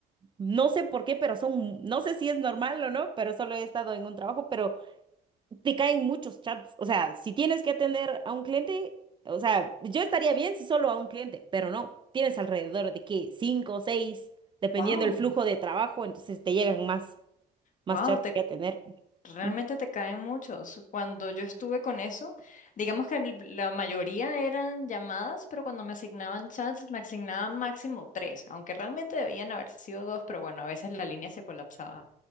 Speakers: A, on the right; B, on the left.
A: no sé por qué, pero son, no sé si es normal o no, pero solo he estado en un trabajo, pero te caen muchos chats. O sea, si tienes que atender a un cliente, o sea, yo estaría bien si solo a un cliente, pero no. Tienes alrededor de que cinco o seis, dependiendo
B: Wow.
A: el flujo de trabajo, entonces te llegan más, más
B: Wow,
A: chats
B: te,
A: que atender.
B: realmente
A: Mm.
B: te caen muchos. Cuando yo estuve con eso, digamos que el- la mayoría eran llamadas, pero cuando me asignaban chats, me asignaban máximo tres, aunque realmente debían haber sido dos, pero bueno, a veces la línea se colapsaba.